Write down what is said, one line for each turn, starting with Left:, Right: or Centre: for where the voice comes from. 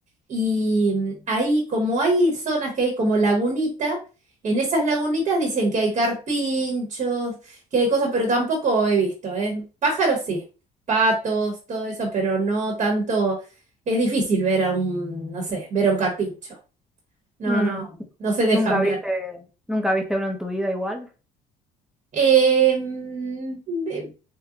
Right: y mm, ahí como hay zonas que hay como lagunita, en esas lagunitas dicen que hay carpinchos, que hay cosas, pero tampoco he visto, ¿eh? Pájaros sí, patos, todo eso, pero no tanto, es difícil ver a un, no sé, ver a un carpincho. No,
Centre: Mm,
Right: no, no se dejan
Centre: nunca viste,
Right: ver.
Centre: nunca viste uno en tu vida igual.
Right: Eh, mm, me-